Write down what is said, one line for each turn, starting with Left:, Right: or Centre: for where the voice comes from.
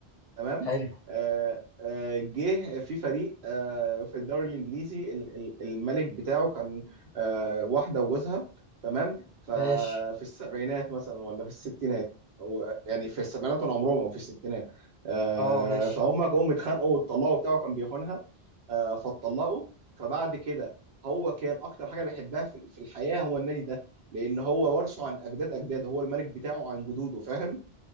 Right: تمام
Left: حلو
Right: آه، آه، جه في فريق آه، في الدوري الانجليزي ال- ال- الملك بتاعه كان آه، واحده وجوزها تمام ففي
Left: ماشي
Right: السبعينات مثلا ولا في الستينات هو- يعني في السبعينات من عمرهم او في الستينات آه،
Left: اه ماشي
Right: فهم جم اتخانقوا واتطلقوا بتاعه كان بيخونها آه، فاتطلقوا فبعد كده هو كان اكتر حاجه بيحبها في في الحياه هو النادي ده لان هو ورثه عن اجداد اجداده هو الملك بتاعه عن جدوده فاهم